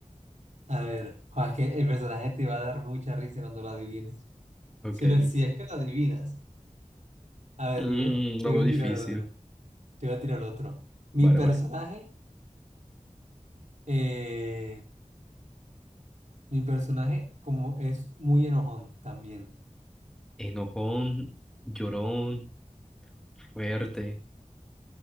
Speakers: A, on the right; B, in the centre.
A: A ver, jo, es que el personaje te va a dar mucha risa cuando lo adivines.
B: Ok.
A: Si, lo, si es que lo adivinas. A ver,
B: Mm,
A: te voy a, te
B: lo
A: voy
B: veo
A: a
B: difícil.
A: tirar otro. Te voy a tirar otro. Mi
B: Vale,
A: personaje,
B: vale.
A: eh, mi personaje como es muy enojón también.
B: Enojón, llorón, fuerte.